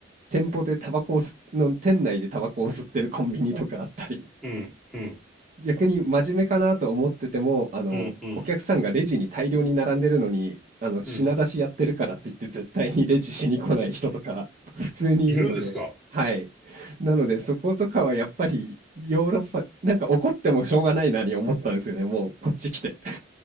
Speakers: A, on the right (about 40°); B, in the centre.
A: 店舗でタバコを吸っの店内でタバコを吸ってるコンビニとかあったり、
B: うん、うん、
A: 逆に真面目かなと思ってても、あの、
B: うん、うん。
A: お客さんがレジに大量に並んでるのに、あの、品出しやってるからって言って絶対にレジしに来ない人とか
B: うん。
A: <laughs>、普通にいるので、
B: いるんですか
A: はい。なので、そことかはやっぱりヨーロッパ、なんか怒ってもしょうがないなに思ったんですよね、もうこっち来て。